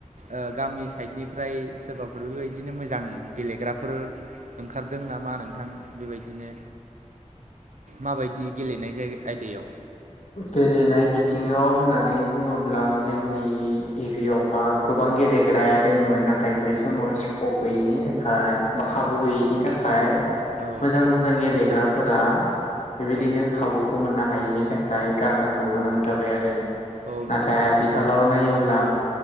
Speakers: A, on the right; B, on the left.
A: ओ गामि सायदनिफ्राय सोरबाफोर बेबायदिनो मोजां गेलेग्राफोर ओंखारदों नामा नोंथां? बेबायदिनो माबायदि गेलेनाय जाय आयदायाव
B: गेलेनाय बिथिङाव होननानै बुङोब्ला जोंनि एरियावहा गोबां गेलेग्राया दोंमोन नाथाय बै समाव स्कप गैयैनि थाखाय बा खाबु गैयैनि थाखाय
A: औ
B: मोजां मोजां गेलेग्राफोरा बेबायदिनो
A: औ
B: खाबुखौ मोननो हायिनि थाखाय खाय गारनांगौ गोनां जाबाय आरो
A: औ
B: नाथाय
A: नोंथां बेनो
B: आथिखालाव
A: बेनो
B: नायोब्ला